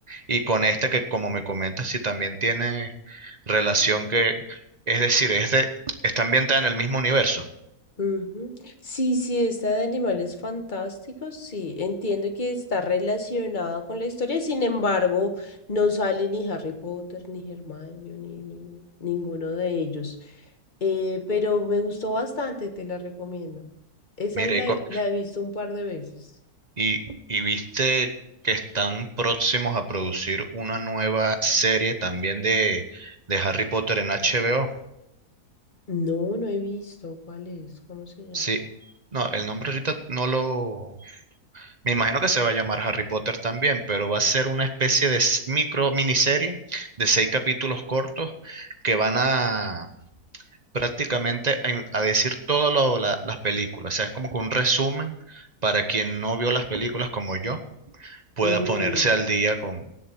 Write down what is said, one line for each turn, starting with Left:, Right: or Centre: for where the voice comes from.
Right: y con esta que como me comentas, si también tiene relación que, es decir, es de, está ambientada en el mismo universo.
Left: Ujú. Sí, sí, esta de animales fantásticos, sí, entiendo que está relacionada con la historia, sin embargo, no sale ni Harry Potter, ni Hermione, ni, ni ninguno de ellos. Eh, pero me gustó bastante, te la recomiendo. Esa
Right: Mire,
Left: es la,
Right: y co-
Left: la he visto un par de veces.
Right: Y, y viste que están próximos a producir una nueva serie también de, de Harry Potter en HBO.
Left: No, no he visto. ¿Cuál es? ¿Cómo se llama?
Right: Sí, no, el nombre ahorita no lo... Me imagino que se va a llamar Harry Potter también, pero va a ser una especie de s- micro miniserie de seis capítulos cortos que van a prácticamente a, in- a decir todas las películas. O sea, es como que un resumen para quien no vio las películas como yo pueda
Left: Mm,
Right: ponerse al día con,